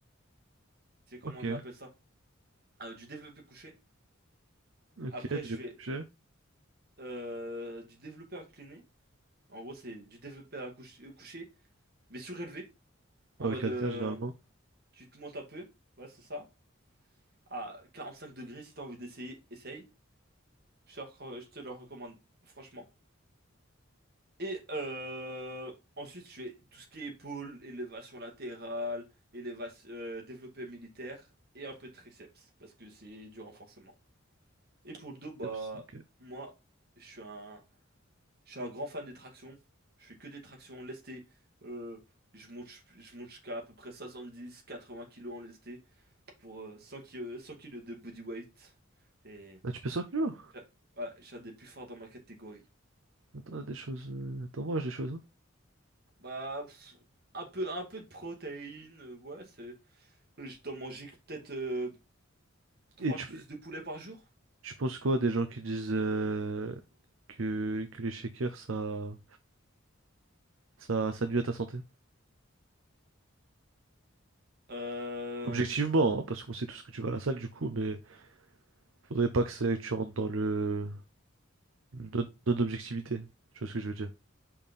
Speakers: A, on the right; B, on the right.
A: c'est comment
B: Ok,
A: on appelle ça? Euh, du développé couché.
B: ok,
A: Après, je
B: j'ai
A: fais
B: couché.
A: euh, du développé incliné. En gros, c'est du développé à couche- euh, couché, mais surélevé.
B: Avec
A: En mode.
B: haltère
A: euh,
B: généralement.
A: Tu te montes un peu, ouais, c'est ça. À 45 degrés, si t'as envie d'essayer, essaye. Je te, le re- je te le recommande, franchement. Et euh, ensuite, je fais tout ce qui est épaule, élévation latérale, élévation, euh, développé militaire et un peu de triceps, parce que c'est du renforcement. Et pour le dos, bah,
B: Yep.
A: moi, je suis un, je suis un grand fan des tractions. Je fais que des tractions lestées. Euh, je monte, je monte jusqu'à à peu près 70-80 kilos en lesté. pour euh, 100 kilos, 100 kilos de body weight. Et
B: Ah, tu peux s'inclure?
A: j'a- ouais, je un des plus forts dans ma catégorie.
B: Attends, des choses. euh, Attends, mange des choses. hein.
A: Bah, pff, un peu, un peu de protéines, euh, ouais, c'est. Je dois manger que peut-être euh, trois
B: Et tu,
A: cuisses de poulet par jour.
B: tu penses quoi des gens qui disent euh, que, que les shakers ça, ça, ça nuit à ta santé?
A: Euh,
B: Objectivement, hein, parce qu'on sait tous que tu vas à la salle du coup, mais faudrait pas que, c'est- que tu rentres dans le, le non- non-objectivité. Tu vois ce que je veux dire?